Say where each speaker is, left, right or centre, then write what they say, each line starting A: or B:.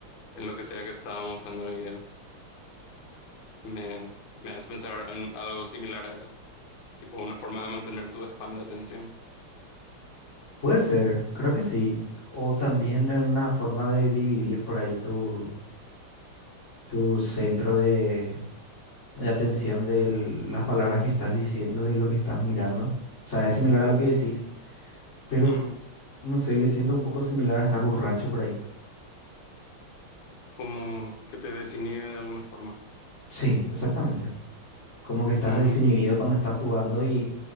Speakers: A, on the left; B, on the left.
A: en lo que sea que te estaba mostrando el video. Me, me hace pensar en algo similar a eso, tipo una forma de mantener tu span de atención,
B: Puede ser, creo que sí. O también en una forma de dividir por ahí tu, tu centro de, de atención de las palabras que estás diciendo y lo que estás mirando. O sea, es similar a lo que decís, pero
A: Ujú.
B: no sé, le siento un poco similar a estar borracho por ahí.
A: Como que te desinhibe de alguna forma.
B: Sí, exactamente. Como que estás
A: Ujú.
B: desinhibido cuando estás jugando y